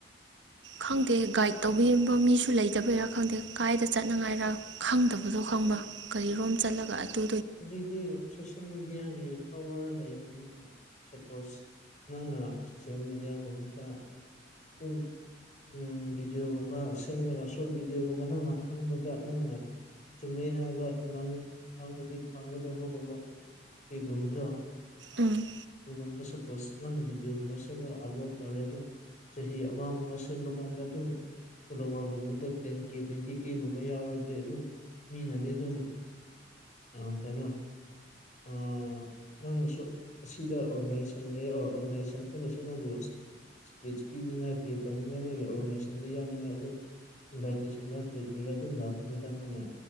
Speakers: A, on the left (about 40°); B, on the right (about 65°).
A: <inaudible>
B: ꯈꯪꯗꯦ ꯒꯥꯏꯗ ꯇꯧꯕꯤꯔꯝꯕ ꯃꯤꯁꯨ ꯂꯩꯇꯕꯩꯔꯥ ꯈꯪꯗꯦ ꯀꯥꯏꯗ ꯆꯠꯅꯉꯥꯏꯔ ꯈꯪꯗꯕꯗꯣ ꯈꯪꯕ ꯀꯔꯤꯔꯣꯝ ꯆꯠꯂꯒ ꯑꯗꯨ
A: ꯍꯧꯖꯤꯛꯇꯤ ꯁꯣꯁꯤꯌꯦꯜ ꯃꯦꯗꯤꯌꯥꯒꯤ ꯄꯋꯥꯔ ꯂꯩꯕꯅꯤꯅ ꯁꯄꯣꯁ ꯅꯪꯅ ꯁꯣꯁꯌꯦꯜ ꯃꯦꯗꯤꯌꯥꯒꯨꯝꯕꯗ ꯑꯗꯨꯝ ꯎꯝ ꯚꯤꯗꯤꯌꯣꯒꯨꯝꯕ ꯁꯦꯝ ꯔꯒ ꯁꯣꯔꯠ ꯚꯗꯤꯑꯣꯒꯨꯝꯕ ꯅꯪꯅ ꯈꯪꯕꯗ ꯅꯪꯅ ꯆꯨꯝꯃꯤ ꯍꯥꯏꯕꯪ ꯉꯥ ꯉꯥꯉꯗꯤ ꯐꯥꯒꯗꯕꯒꯨꯝꯕ ꯄꯤꯒꯨꯝꯕꯗꯣ
B: ꯎꯝ
A: ꯗꯨꯒꯨꯝꯕꯗꯁꯨ ꯁꯄꯣꯁ ꯑꯅꯥꯝꯕꯅ ꯚꯗꯤꯑꯣꯒꯨꯝꯕ ꯁꯦꯝꯔꯒ ꯑꯞꯂꯣꯗ ꯇꯧꯔꯦ ꯑꯗꯨ ꯆꯍꯤ ꯑꯃꯒꯨꯝꯕ ꯁꯦꯝꯕ ꯀꯥꯟꯗ ꯑꯗꯨꯝ ꯐꯣꯂꯣꯋꯔꯒꯨꯝꯕꯗꯣ ꯇꯦꯟ ꯀꯦ ꯇꯣꯏꯟꯇꯤ ꯀꯦꯒꯨꯝꯕ ꯌꯥꯎꯔꯗꯤ ꯑꯗꯨꯝ ꯃꯤꯅꯗꯤ ꯑꯗꯨꯝ ꯑ ꯀꯩꯅꯣ ꯑꯥ ꯅꯪꯅꯁꯨ ꯑꯁꯤꯗ ꯑꯣꯔꯒꯅꯥꯏꯖꯦꯁꯟꯅꯤ ꯌꯥꯎꯔ ꯑꯣꯔꯒꯅꯥꯏꯖꯦꯁꯟ ꯍꯣꯏꯅꯁꯨ ꯅꯪꯕꯨ ꯁꯨ ꯏꯁꯄꯤꯆ ꯄꯤꯅꯤꯡꯉꯥꯏꯔꯤ ꯇꯅꯤꯡꯉꯥꯏ ꯃꯣꯏꯒꯤ ꯑꯣꯔꯒꯅꯥꯏꯖꯦꯁꯟꯗ ꯌꯥꯎꯅꯤꯡꯉꯥꯏ ꯑꯗꯨ ꯏꯟꯚꯥꯏꯇꯦꯁꯟ ꯔ ꯀ ꯀꯔꯤ ꯔ ꯑꯗꯨꯝꯅ ꯅꯅ